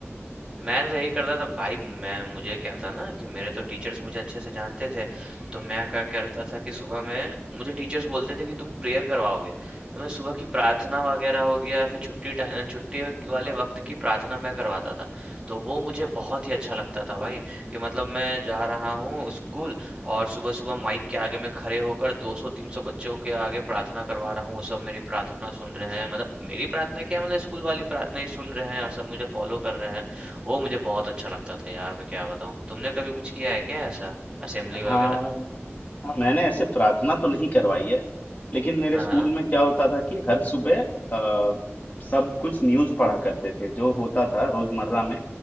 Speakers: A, on the right; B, on the left.
A: मैं तो यही करता था भाई मैं मुझे क्या था ना कि मेरे तो टीचर्स मुझे अच्छे से जानते थे तो मैं क्या करता था कि सुबह में मुझे टीचर्स बोलते थे कि तुम प्रेयर करवाओगे तो मैं सुबह की प्रार्थना वगैरह हो गया फिर छुट्टी टा- छुट्टी वाले वक्त की प्रार्थना मैं करवाता था तो वो मुझे बहुत ही अच्छा लगता था भाई कि मतलब मैं जा रहा हूँ स्कूल और सुबह सुबह माइक के आगे मैं खड़े होकर 200-300 बच्चों के आगे प्रार्थना करवा रहा हूँ वो सब मेरी प्रार्थना सुन रहे हैं मतलब मेरी प्रार्थना क्या है मतलब स्कूल वाली प्रार्थना ही सुन रहे हैं और सब मुझे फॉलो कर रहे हैं वो मुझे बहुत अच्छा लगता था यार मैं क्या बताऊँ तुमने कभी कुछ किया है क्या ऐसा असेंबली वगैरह
B: हाँ हाँ मैंने ऐसे प्रार्थना तो नहीं करवाई है लेकिन मेरे
A: हाँ
B: स्कूल
A: हाँ
B: में क्या होता था कि हर सुबह अ, सब कुछ न्यूज़ पढ़ा करते थे जो होता था रोजमर्रा में